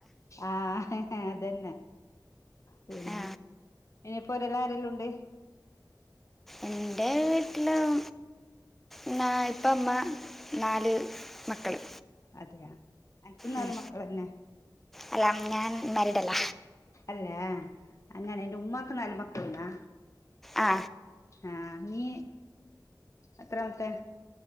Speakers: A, on the left (about 40°); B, in the centre.
A: ആ ഹ അതന്നെ പിന്നെ
B: ആ
A: ഇനിയിപ്പോരെല്ലാ രെല്ലാം ഉണ്ട്?
B: എന്റേ വീട്ടിലും ഇമ്മാ ഇപ്പ മ്മ നാല് മക്കള്.
A: അതെയാ- അനക്ക് നാല്
B: ഉം
A: മക്കളന്നെ
B: അല്ലാം ഞാൻ മാരീഡല്ല.
A: അല്ലേ അങ്ങനെ നിന്റെ ഉമ്മാക്ക് നല്മക്കള്ന്നാ?
B: ആ
A: ആഹ് നീ എത്രാമത്തെ?